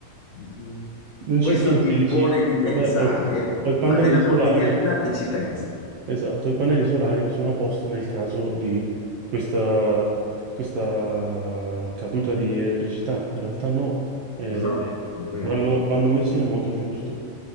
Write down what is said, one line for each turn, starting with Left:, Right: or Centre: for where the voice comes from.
Left: mm,
Right: Non
Left: Questo
Right: ci pensi,
Left: ti impone
Right: dici,
Left: di pensare,
Right: vabbè, ho, i ho i pannelli
Left: ma nella
Right: solari,
Left: quotidianità chi ci pensa?
Right: Esatto, i pannelli solari sono a posto nel caso di questa, questa caduta di elettricità. In realtà no, eh,
Left: No, è vero.
Right: vanno, vanno messi nel modo giusto.